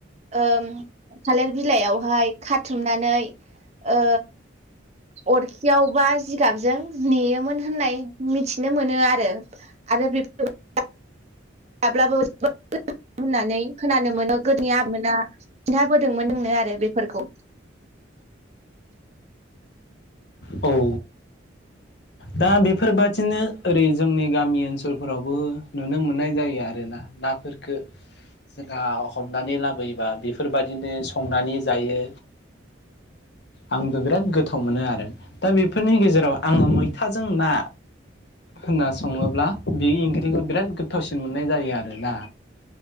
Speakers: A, on the right (about 35°); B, on the left (about 55°).
A: ओम थालिर बिलाइआवहाय खाथुमनानै ओ अरखियाव बा जिगाबजों नेयोमोन होननाय मिथिनो मोनो आरो आरो बेफो <unintelligible> हाब्लाबो <unintelligible> होननानै खोनानो मोनो गोदोनि आबैमोना खिन्थाबोदोंमोन जोंनो आरो बेफोरखौ
B: औ दा बेफोरबादिनो ओरै जोंनि गामि ओनसोलफोरावबो नुनो मोननाय जायो आरोना नाफोरफोरखो जोंहा हमनानै लाबोयोबा बेफोरबायदिनो संनानै जायो आंबो बिराद गोथाव मोनो आरो दा बेफोरनि गेजेराव आङो मै थाजों ना होनना सङोब्ला बे ओं ख्रिखौ बिराद गोथावसिन मोन नाय जायो आरोना